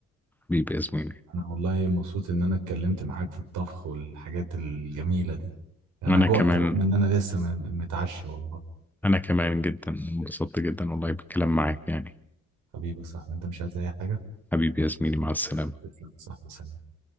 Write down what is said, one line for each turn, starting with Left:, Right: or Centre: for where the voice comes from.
Centre: حبيبي يا زميلي
Right: انا والله مبسوط ان انا اتكلمت معاك في الطبخ والحاجات الجميلة دي انا
Centre: انا
Right: جوعت
Centre: كمان
Right: رغم ان انا لسه م- متعشي والله
Centre: انا كمان جدا انبسطت جدا والله بالكلام معاك يعني
Right: حبيبي يا صاحبي انت مش عايز اي حاجة
Centre: حبيبي يا زميلي مع السلامة
Right: تسلم يا صاحبي سلام